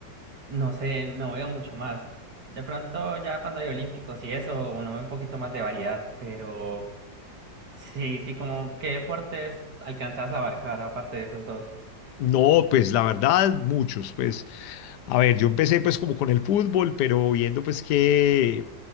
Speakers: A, on the right; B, on the left.
A: no sé, no veo mucho más. De pronto ya cuando hay olímpicos y eso, uno ve un poquito más de variedad, pero sí, sí, como qué deportes alcanzas a abarcar aparte de esos dos.
B: No, pues la verdad, muchos, pues, a ver, yo empecé pues como con el fútbol, pero viendo pues que,